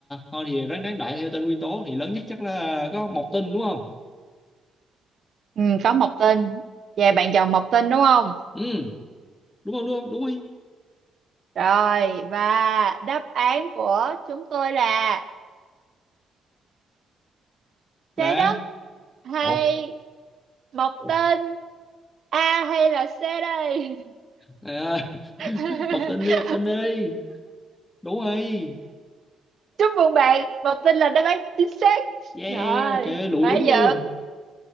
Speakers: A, on the left (about 20°); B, on the right (about 55°).
A: thôi thì ráng đáng đại theo tên nguyên tố thì lớn nhất chắc là có một tinh đúng không
B: ừ, có mộc tinh. Vậy bạn chọn mộc tinh đúng không?
A: ừ đúng không đúng không đúng đi
B: Rồi, và đáp án của chúng tôi là
A: là
B: trái đất hay
A: ủa
B: mọc
A: Ủa?
B: tên A hay là C đây?
A: Trời ơi. <laughs>
B: <laughs>
A: một tinh đi một tinh đi đúng rồi
B: Chúc mừng bạn, mọc tên là đáp án chính xác.
A: Yeah,
B: Rồi,
A: trời ơi lụi
B: quá
A: đúng
B: dữ,
A: luôn.